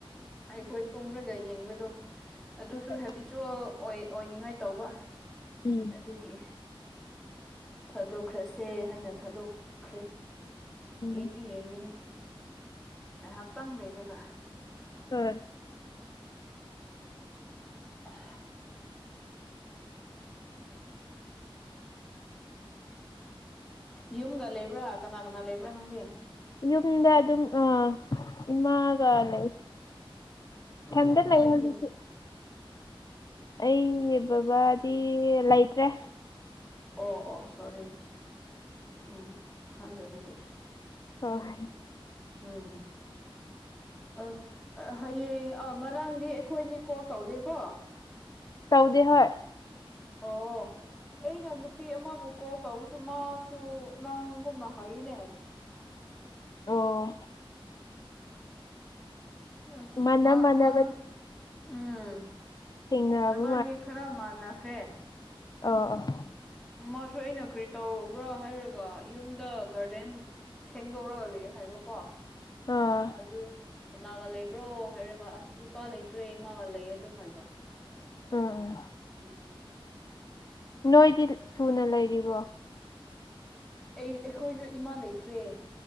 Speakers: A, in the centre; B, on the left.
A: ꯑꯩꯈꯣꯏ ꯇꯨꯝꯔꯒ ꯌꯦꯡꯕꯗꯣ ꯑꯗꯨꯁꯨ
B: ꯍꯣꯏ
A: ꯍꯦꯕꯤꯆꯨꯋꯦꯜ ꯑꯣꯏ ꯑꯣꯏꯅꯤꯡꯉꯥꯏ ꯇꯧꯕ
B: ꯎꯝ
A: ꯑꯗꯨꯒꯤ ꯊꯥꯗꯣꯛꯈ꯭ꯔꯁꯦ ꯍꯥꯏꯅ ꯊꯥꯗꯣꯛꯈ꯭ꯔꯦ
B: ꯎꯝ
A: ꯌꯦꯡꯗꯤ ꯌꯦꯡꯒꯅꯤ ꯉꯥꯏꯍꯥꯛꯇꯪ ꯂꯩꯔꯒ
B: ꯍꯣꯏ
A: ꯑ ꯌꯨꯝꯒ ꯂꯩꯕ꯭ꯔꯥ ꯀꯅꯥ ꯀꯅꯥ ꯂꯩꯕ꯭ꯔꯥ ꯅꯪꯗꯤ
B: ꯌꯨꯝꯗ ꯑꯗꯨꯝ ꯑ ꯏꯃꯥꯒ ꯂꯩ
A: ꯑꯣ
B: ꯊꯗ
A: ꯏꯄꯥꯗꯤ
B: ꯂꯩ ꯍꯧꯖꯤ ꯑꯩꯒꯤ ꯕꯕꯥꯗꯤ ꯂꯩꯇ꯭ꯔꯦ
A: ꯑꯣ ꯑꯣ ꯁꯣꯔꯤ ꯎꯝ ꯈꯪꯗꯕꯒꯤ
B: ꯍꯣꯏ
A: ꯎꯝ ꯑꯁ ꯍꯌꯦꯡ ꯉꯔꯥꯡꯗꯤ ꯑꯩꯈꯣꯏꯅꯤ ꯀꯣꯜ ꯇꯧꯗꯦꯀꯣ
B: ꯇꯧꯗꯤ ꯍꯣꯏ
A: ꯑꯣ ꯑꯩꯅ ꯅꯨꯄꯤ ꯑꯃꯕꯨ ꯀꯣꯜ ꯇꯧꯔꯁꯨ ꯃꯥꯁꯨ ꯅꯪꯒꯨꯝꯅ ꯍꯥꯏꯔꯤꯅꯦ
B: ꯑꯣ
A: ꯑ
B: ꯃꯥꯟꯅ
A: ꯃꯥ
B: ꯃꯥꯟꯅꯕ
A: ꯃꯥ ꯎꯝ
B: ꯊꯦꯡꯅꯕ
A: ꯅꯕꯥꯅꯤ ꯈꯔ ꯃꯥꯟꯅꯈ꯭ꯔꯦ
B: ꯑ ꯑ
A: ꯃꯥꯁꯨ ꯑꯩꯅ ꯀꯔꯤ ꯇꯧꯕ꯭ꯔꯥ ꯍꯥꯏꯔꯒ ꯌꯨꯝꯗ ꯒꯥꯔꯗꯦꯟ ꯁꯦꯡꯗꯧꯔꯒ ꯂꯩ ꯍꯥꯏꯕꯀꯣ
B: ꯑꯥ
A: ꯑꯗꯨ ꯀꯅꯥꯒ ꯂꯩꯕ꯭ꯔꯣ ꯍꯥꯏꯔꯒ ꯑꯁ ꯏꯄꯥ ꯂꯩꯇ꯭ꯔꯦ ꯏꯃꯥꯒ ꯂꯩꯌꯦ ꯑꯗꯨꯝ ꯍꯥꯏꯕ
B: ꯎꯝ
A: ꯎꯝ
B: ꯅꯣꯏꯗꯤ ꯁꯨꯅ ꯂꯩꯔꯤꯕꯣ
A: ꯑꯩ ꯑꯈꯣꯏꯁꯨ ꯏꯃꯥ ꯂꯩꯇ꯭ꯔꯦ꯫